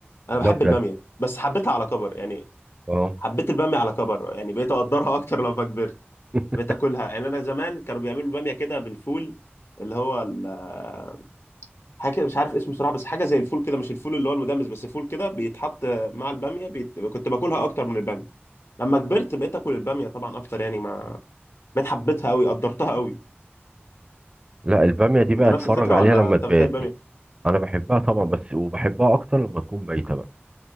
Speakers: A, on the left; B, on the right.
A: انا
B: لا
A: بحب
B: بجد
A: الباميه بس حبيتها على كبر يعني
B: اه
A: حبيت الباميه على كبر يعني بقيت اقدرها <laughs> اكتر لما كبرت
B: <laughs>
A: بقيت اكلها يعني انا زمان كانوا بيعملوا الباميه كده بالفول اللي هو ال- آه، حاجه كده مش عارف اسمه صراحه بس حاجه زي الفول كده مش الفول اللي هو المدمس بس فول كده بيتحط مع الباميه بيت... كنت باكلها اكتر من الباميه لما كبرت بقيت اكل الباميه طبعا اكتر يعني ما بقيت حبيتها قوي قدرتها قوي
B: لا الباميه دي بقى
A: انت نفس
B: اتفرج
A: الفكره
B: عليها
A: ولا
B: لما
A: انت
B: تبات
A: بتحب الباميه
B: انا بحبها طبعا بس وبحبها اكتر لما تكون بايته بقى